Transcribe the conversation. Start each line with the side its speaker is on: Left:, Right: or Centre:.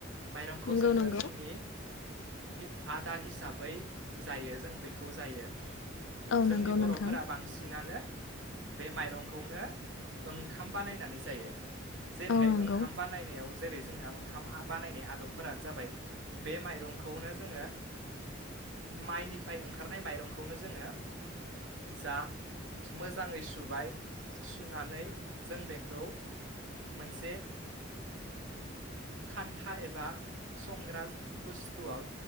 Right: माइरंखौ
Left: नंगौ
Right: जोङो
Left: नंगौ
Right: जोंनि हि आदार हिसाब बै जायो जों बेखौ जायो
Left: औ
Right: जोंनि
Left: नंगौ
Right: बर'फोरा
Left: नोंथां
Right: बांसिनानो बे माइरंखौनो ओंखाम बानायनानै जायो जेरैहाय
Left: औ नंगौ
Right: ओंखाम बानायनायाव जेरै जोंना ओंखामा बानायनाय आदब फोरानो जाबाय़ बे माइरंखौनो जोङो माइनिफ्राय ओंखारनाय माइरंखौनो जोङो जा मोजाङै सुबाय सुनानै जों बेखौ मोनसे खान्था एबा संग्रास बुस्थुआव